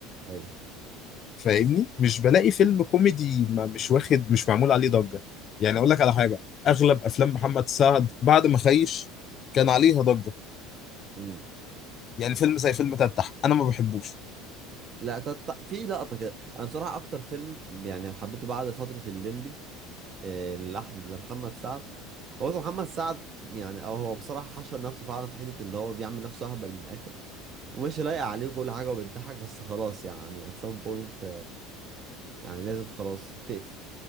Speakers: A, on the right; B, on the left.
A: أيوه
B: فاهمني مش بلاقي فيلم كوميدي ما مش واخد مش معمول عليه ضجة يعني اقول لك على حاجة اغلب افلام محمد سعد بعد ما خيش كان عليها ضجة
A: امم
B: يعني فيلم زي فيلم تتح انا ما بحبوش
A: لا ط- ط- في لقطة كده أنا بصراحة أكتر فيلم يعني حبيته بعد فترة الليمبي آه، لأحم لمحمد سعد هو أصلا محمد سعد يعني أو هو بصراحة حشر نفسه فعلا في حتة اللي هو بيعمل نفسه أهبل من الآخر ومش لايق عليه كل حاجة وبتضحك بس خلاص يعني at some point يعني لازم خلاص بتقفل